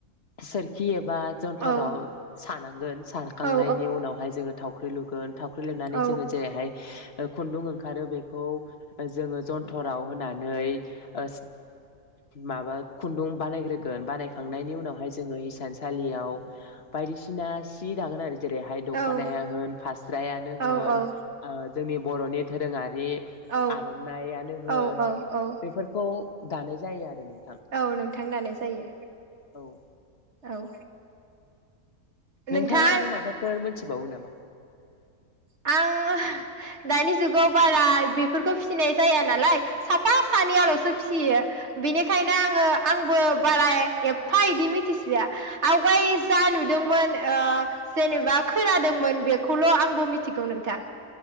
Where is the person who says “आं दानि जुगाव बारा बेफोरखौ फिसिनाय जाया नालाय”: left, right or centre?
Right